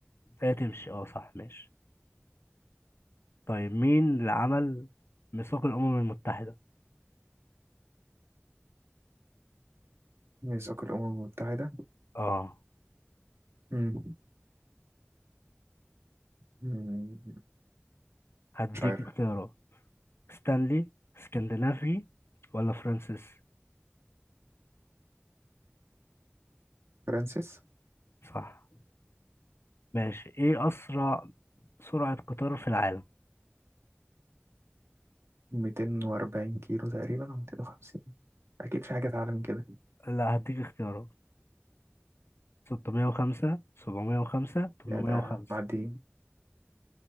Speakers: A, on the left; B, on the right.
A: هي تمشي اه صح ماشي طيب مين اللي عمل ميثاق الأمم المتحدة؟
B: ميثاق الأمم المتحدة
A: اه
B: مم. مم.
A: هديك
B: مش عارف
A: اختيارات ستانلي اسكندنافي ولا فرانسيس
B: فرانسيس
A: صح ماشي ايه أسرع سرعة قطار في العالم؟
B: 240 كيلو تقريبا أو 250 أكيد في حاجة أعلى من كده
A: لا هديك اختيارات 605 705 805
B: يا ده معديين